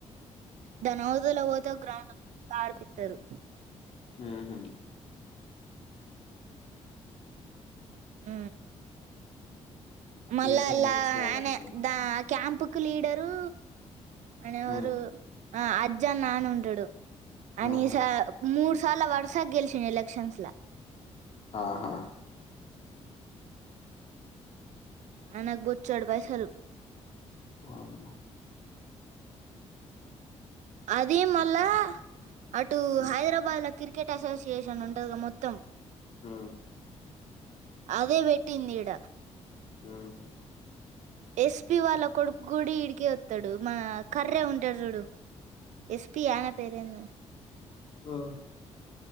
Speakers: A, on the right (about 85°); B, on the left (about 55°).
A: దానవ్ తల ఒతె ఒ గ్రౌండ్ ఉంటుంది ఆడిపిత్త రు
B: ఊహు
A: ఊ మళ్ళా
B: ఈసారి
A: అలా
B: మంచిగా ఆడనీకేనా?
A: ఆనె దా క్యాంపు కు లీడరూ అనే
B: హ్మ్.
A: అవ్రూ ఆ అజ్జ నాన్న ఉంటడు అనీషా
B: ఆహా!
A: మూడ్స్ చాల వర్స గెల్చిన ఎలక్షన్స్ లొ
B: ఆహా
A: మన బొచ్చడు పైసల్
B: <unintelligible>
A: అదీ మళ్ళా అటూ
B: హ్మ్.
A: హైదరబాద్ల కిర్ కెట్ అసోసియేషన్ ఉంటదిగ మొత్తం
B: ఊ
A: అదే వెట్టిందీడ
B: ఊహు
A: ఎస్పి వాళ్ళ కొడుక్ కూడి ఈడికె వత్తడు మా ఖర్రె ఉంటడు చూడు ఎస్పియాన పేరేందొ
B: ఆ